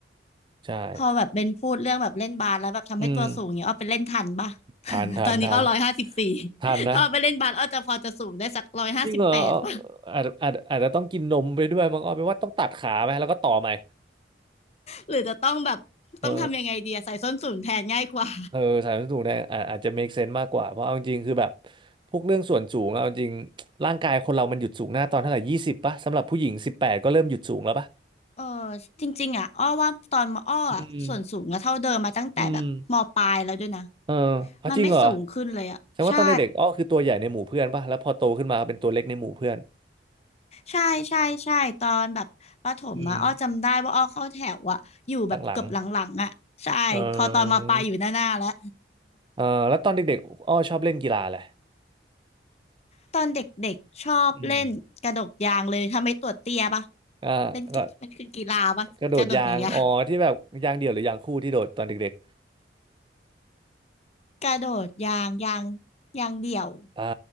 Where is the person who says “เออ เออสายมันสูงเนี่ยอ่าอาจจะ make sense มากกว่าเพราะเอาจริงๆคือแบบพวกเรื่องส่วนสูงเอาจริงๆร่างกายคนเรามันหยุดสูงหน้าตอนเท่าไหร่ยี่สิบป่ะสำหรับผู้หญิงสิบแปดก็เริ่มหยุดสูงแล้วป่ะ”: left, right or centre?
Right